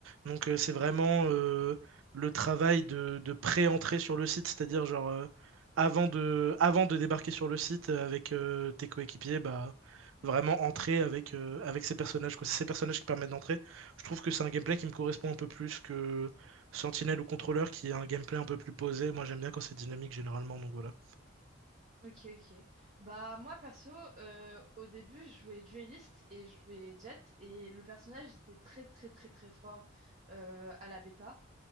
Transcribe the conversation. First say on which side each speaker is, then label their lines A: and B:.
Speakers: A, on the right (about 75°); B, on the right (about 35°).
A: Donc, euh, c'est vraiment euh, le travail de, de pré-entrée sur le site, c'est-à-dire, genre, euh, avant de, avant de débarquer sur le site euh, avec euh, tes coéquipiers, bah. vraiment entrer avec, euh, avec ces personnages, quoi. C'est ces personnages qui permettent d'entrer. Je trouve que c'est un gameplay qui me correspond un peu plus que Sentinelle ou Contrôleur, qui est un gameplay un peu plus posé. Moi, j'aime bien quand c'est dynamique, généralement, donc voilà.
B: Ok, ok. Bah, moi, perso, euh, au début, je jouais Duelist et je jouais Jet, et le personnage était très, très, très, très fort euh, à la bêta.